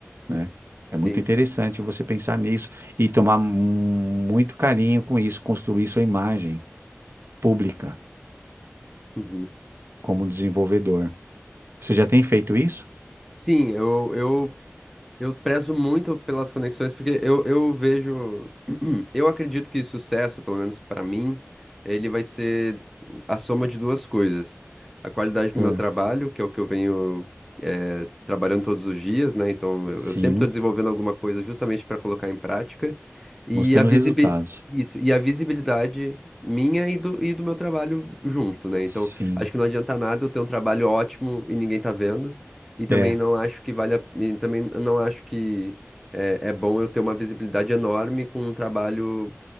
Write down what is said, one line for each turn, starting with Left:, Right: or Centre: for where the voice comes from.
Right: né? É
Centre: sim.
Right: muito interessante você pensar nisso e tomar mu- muito carinho com isso, construir sua imagem pública
Centre: Uhum.
Right: como desenvolvedor. Você já tem feito isso?
Centre: Sim, eu, eu Eu prezo muito pelas conexões, porque eu, eu vejo. <clears throat> Eu acredito que sucesso, pelo menos para mim, ele vai ser a soma de duas coisas. A qualidade do
Right: É.
Centre: meu trabalho, que é o que eu venho eh, trabalhando todos os dias, né? Então eu,
Right: Sim,
Centre: eu sempre estou desenvolvendo alguma coisa justamente para colocar em prática. E
Right: mostrando
Centre: a visibi-
Right: resultados.
Centre: Isso, e a visibilidade minha e do, e do meu trabalho junto, né?
Right: Sim,
Centre: Então, acho que não adianta nada eu ter um trabalho ótimo e ninguém tá vendo. E também
Right: é,
Centre: não acho que vale a, e também não acho que é, é bom eu ter uma visibilidade enorme com um trabalho